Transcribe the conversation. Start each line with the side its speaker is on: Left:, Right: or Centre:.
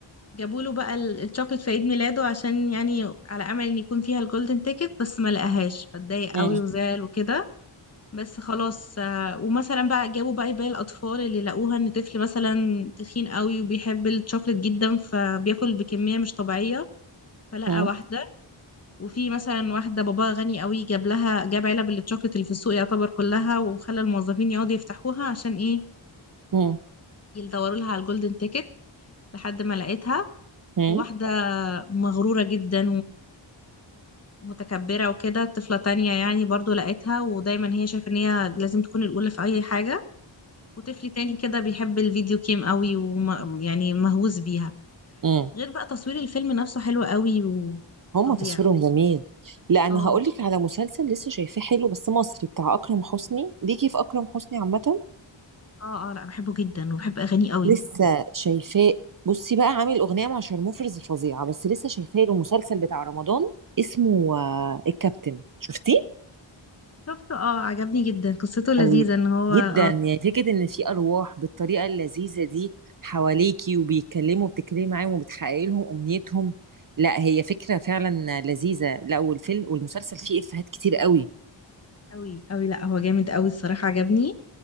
Left: جابوا له بقى ال- الشوكليت في عيد ميلاده عشان يعني على امل ان يكون فيها الجولدن تيكت بس ما لقاهاش فاتضايق قوي
Right: امم
Left: وزعل وكده بس خلاص آه، ومثلا بقى جابوا بقى باقي الاطفال اللي لقوها ان طفل مثلا تخين قوي وبيحب الشوكليت جدا فبياكل بكميه مش طبيعيه فلقى
Right: امم
Left: واحده وفي مثلا واحدة باباها غني قوي جاب لها جاب علب الشوكليت اللي في السوق يعتبر كلها وخلى الموظفين يقعدوا يفتحوها عشان ايه
Right: امم
Left: يدوروا لها على الجولدن تيكت لحد ما لقيتها
Right: امم
Left: واحدة مغرورة جدا ومتكبرة وكده طفلة تانية يعني برضو لقيتها ودايما هي شايفة ان هي لازم تكون الأولى في أي حاجة وطفل تاني كده بيحب الفيديو جيم قوي ويعني مهووس بيها
Right: امم
Left: غير بقى تصوير الفيلم نفسه حلو قوي وفظيع
Right: هما تصويرهم جميل لا انا
Left: اه
Right: هقول لك على مسلسل لسه شايفاه حلو بس مصري بتاع اكرم حسني ليكي في اكرم حسني عامه
Left: اه اه لا بحبه جدا وبحب أغانيه قوي
Right: لسه شايفاه بصي بقى عامل اغنيه مع شارموفرز فظيعه بس لسه شايفاه له مسلسل بتاع رمضان اسمه آه، الكابتن شفتيه
Left: شفته اه عجبني جدا قصته لذيذة
Right: قوي
Left: ان هو
Right: جدا
Left: اه
Right: يعني فكره ان في ارواح بالطريقه اللذيذه دي حواليكي وبيتكلموا بتتكلمي معاهم وبتحققي لهم امنيتهم لا هي فكره فعلا لذيذه لا والفيلم والمسلسل فيه افيهات كتير قوي
Left: قوي قوي لا هو جامد قوي الصراحة عجبني